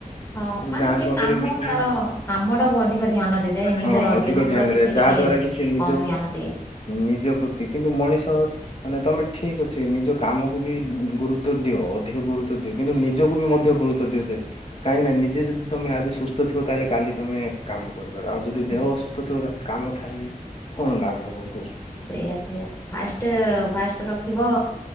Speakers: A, on the left; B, on the left.
A: ହଁ
B: କିନ୍ତୁ
A: ମାନେ
B: ଗାଁ
A: ସେ
B: ଗହଳିର
A: କାମ
B: ଲୋକମାନେ
A: ତାର କାମଟାକୁ ଅଧିକ ଧ୍ୟାନ ଦେଇଥାଏ ନିଜର
B: ହଁ ଅଧିକ
A: ଦେହ
B: ଧ୍ୟାନ
A: ପ୍ରତି
B: ଦ
A: ସେ
B: ଯାହା
A: ଟିକେ
B: ଦ୍ଵାରା କି ସେ ନିଜ
A: କମ୍ ଧ୍ୟାନ ଦିଏ
B: ନିଜ ପ୍ରତି କିନ୍ତୁ ମଣିଷ ମାନେ ତମେ ଠିକ ଅଛି ନିଜ କାମକୁ ବି ଗୁରୁ ତ୍ଵ ଦିଅ ଅଧିକ ଗୁରୁତ୍ୱ ଦିଅ କିନ୍ତୁ ନିଜକୁ ବି ମଧ୍ୟ ଗୁରୁତ୍ୱ ଦିଅ ଯେ କାହିଁକି ନା ନିଜେ ଯଦି ତମେ ଆଜି ସୁସ୍ଥ ଥିବ ତାହେଲେ କାଲି ତମେ କାମ କରିବାର ଆଉ ଯଦି
A: ଠିକ୍
B: ଦେହ ଅସୁସ୍ଥ ଥିବ ତାହେଲେ କାମ ଥାଇକି କଣ ଲାଭ ହବ କୁହ।
A: ସେଇଆ ସେଇଆ ଫାଷ୍ଟ ଫାଷ୍ଟ ରଖିବ